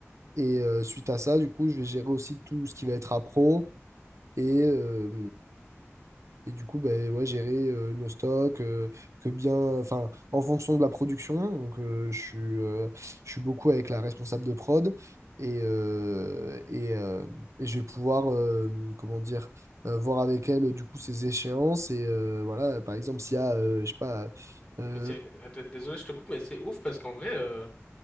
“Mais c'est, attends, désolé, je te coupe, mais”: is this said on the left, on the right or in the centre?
Left